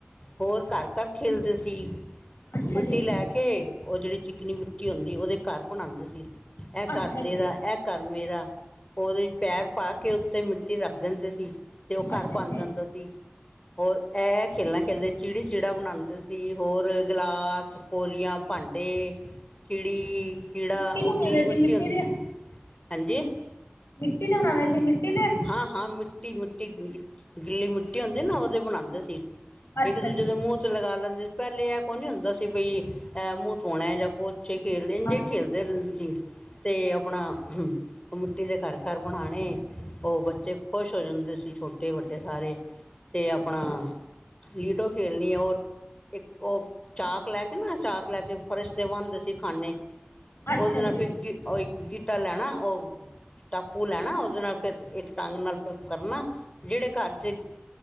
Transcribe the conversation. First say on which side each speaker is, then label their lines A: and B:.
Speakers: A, on the left (about 25°); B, on the left (about 75°).
A: ਹੋਰ ਘਰ-ਘਰ ਖੇਲਦੇ ਸੀ।
B: ਅੱਛਾ
A: ਮਿੱਟੀ
B: ਜੀ
A: ਲੈ ਕੇ ਉਹ ਜਿਹੜੀ ਚਿਕਨੀ ਮਿੱਟੀ ਹੁੰਦੀ ਉਹਦੇ ਘਰ ਬਣਾਉਂਦੇ ਸੀ। ਇਹ
B: ਅੱਛਾ
A: ਘਰ ਤੇਰਾ,
B: ਜੀ
A: ਇਹ ਘਰ ਮੇਰਾ। ਉਹਦੇ ਚ ਪੈਰ ਪਾ ਕੇ, ਉੱਤੇ ਮਿੱਟੀ ਰੱਖ ਦਿੰਦੇ ਸੀ। ਤੇ ਉਹ ਘਰ
B: ਅੱਛਾ
A: ਬਣ
B: ਜੀ
A: ਜਾਂਦਾ ਸੀ। ਹੋਰ ਇਹ ਖੇਲਣਾ ਖੇਲਦੇ ਸੀ। ਚਿੜੀ-ਚਿੜਾ ਬਣਾਉਂਦੇ ਸੀ। ਹੋਰ ਗਿਲਾਸ ਸਕੋਲੀਆਂ, ਭਾਂਡੇ, ਚਿੜੀ ਕੀੜਾ।
B: ਮਿੱਟੀ ਦੇ
A: ਉਹ
B: ਬਣਾਉਂਦੇ
A: ਗਿੱਲੀ
B: ਸੀ
A: ਮਿੱਟੀ ਹੁੰਦੀ।
B: ਦੇ
A: ਹਾਂਜੀ
B: ਮਿੱਟੀ ਦੇ ਬਣਾਉਂਦੇ ਸੀ ਮਿੱਟੀ ਦੇ
A: ਹਾਂ-ਹਾਂ। ਮਿੱਟੀ-ਮਿੱਟੀ। ਗਿੱਲੀ ਮਿੱਟੀ ਹੁੰਦੀ ਨਾ ਉਹਦੇ ਬਣਾਉਂਦੇ ਸੀ।
B: ਅੱਛਾ
A: ਇੱਕ ਦੂਜੇ
B: ਜੀ
A: ਦੇ ਮੂੰਹ ਤੇ ਲਗਾ ਲੈਂਦੇ ਪਹਿਲੇ ਇਹ ਕੋ ਨੀ ਹੁੰਦਾ ਸੀ ਬਈ ਏ ਮੂੰਹ ਧਉਣਾ ਜਾਂ ਕੁਛ, ਖੇਲ ਇੰਜੇ
B: ਹਾਂਜੀ
A: ਖੇਲਦੇ ਰਹਿੰਦੇ ਸੀ। ਤੇ
B: ਅੱਛਾ
A: ਆਪਣਾ ਹਮ- ਮਿੱਟੀ ਦੇ ਘਰ-ਘਰ ਬਣਾਉਣ ਉਹ ਬੱਚੇ ਖੁਸ਼ ਹੋ ਜਾਂਦੇ ਸੀ ਛੋਟੇ ਵੱਡੇ ਸਾਰੇ। ਤੇ
B: ਹਾਂਜੀ
A: ਆਪਣਾ ਲੀਡੋ ਖੇਲਣੀਆ। ਉਹ ਇੱਕ ਉਹ ਚਾਕ ਲੈ ਕੇ ਨਾ ਚਾਕ ਲੈ ਕੇ ਫਰਸ਼ ਤੇ ਬਣਦੇ ਸੀ ਖਾਂੇ।
B: ਅੱਛਾ
A: ਉਹਦੇ ਨਾਲ
B: ਜੀ
A: ਫ ਗਿੱਟਾ ਲੈਣਾ। ਉਹ ਸਟੈਪੂ ਲੈਣਾ, ਉਹਦੇ ਨਾਲ ਫਿਰ ਇੱਕ ਢੰਗ ਨਾਲ ਕਰਨਾ। ਜਿਹੜੇ ਘਰ ਚ